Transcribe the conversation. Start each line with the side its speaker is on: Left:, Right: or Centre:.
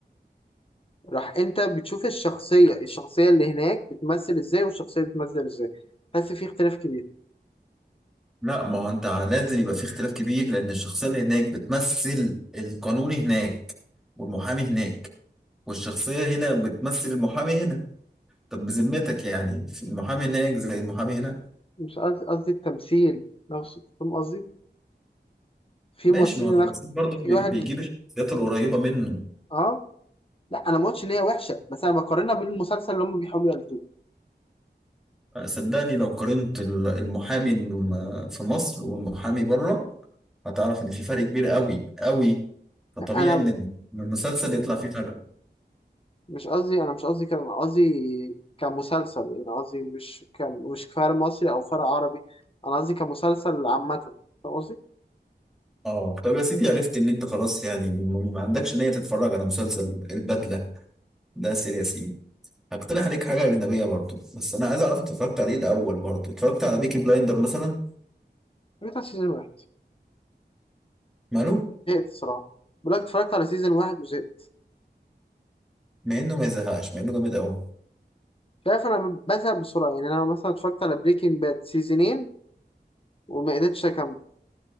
Left: راح انت بتشوف الشخصية الشخصية اللي هناك بتمثل ازاي والشخصية بتمثل ازاي بس في اختلاف كبير
Centre: لا ما هو انت لازم يبقى في اختلاف كبير لان الشخصيه اللي هناك بتمثل القانون هناك والمحامي هناك والشخصيه هنا بتمثل المحامي هنا طب بذمتك يعني المحامي هناك زي المحامي هنا
Left: مش قصدي قصدي التمثيل نفسه فاهم قصدي في
Centre: ماشي
Left: ممثلين
Centre: ما هو التمثيل
Left: لا
Centre: برضه
Left: في
Centre: بي-
Left: واحد
Centre: بيجيب الشخصيات القريبه منه
Left: اه لا انا ما قلتش ان هي وحشة بس انا بقارنها بالمسلسل اللي هم بيحاولوا يقلدوه
Centre: صدقني لو قارنت ال- المحامي الم- في مصر والمحامي بره هتعرف ان في فرق كبير قوي قوي فطبيعي
Left: لا انا
Centre: ان المسلسل يطلع فيه فرق
Left: مش قصدي انا مش قصدي كده انا قصدي كمسلسل يعني قصدي مش ك مش فرق مصري او فرق عربي انا قصدي كمسلسل عامة فاهم قصدي؟
Centre: اه طب يا سيدي عرفت ان انت خلاص يعني م- ما عندكش نية تتفرج على مسلسل البدلة ده سيرياسي هقترح عليك حاجة أجنبية برضه بس أنا عايز أعرف أنت اتفرجت عليه الأول برضه اتفرجت على بيكي بلايندر مثلا
Left: اتفرجت على سيزون واحد
Centre: ماله؟
Left: زهقت الصراحة بقول لك اتفرجت على سيزون واحد وزهقت
Centre: مع إنه ما يزهقش مع إنه جامد أوي
Left: شايف انا بزهق بسرعة يعني انا مثلا اتفرجت على بريكنج باد سيزونين وما قدرتش اكمل